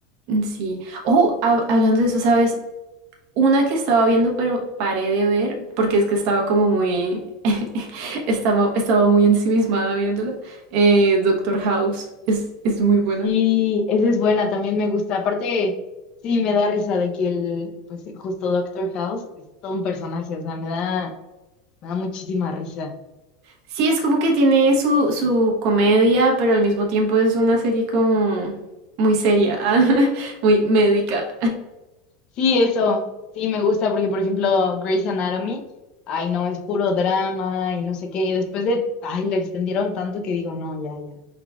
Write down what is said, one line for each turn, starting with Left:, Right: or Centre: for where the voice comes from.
Right: Sí. Oh, hab- hablando de eso, ¿sabes? Una que estaba viendo, pero paré de ver porque es que estaba como muy. <laughs> Estaba, estaba muy ensimismada viéndola. Eh, Doctor House es, es muy buena.
Left: Sí, esa es buena, también me gusta. Aparte, sí, me da risa de que el, pues justo Doctor House es todo un personaje, o sea, me da, me da muchísima risa.
Right: Sí, es como que tiene su, su comedia, pero al mismo tiempo es una serie como muy seria, <laughs> ah, muy médica.
Left: Sí, eso, sí, me gusta porque, por ejemplo, Grey's Anatomy, ay, no, es puro drama y no sé qué. Y después de, ay, le extendieron tanto que digo, no, ya, ya,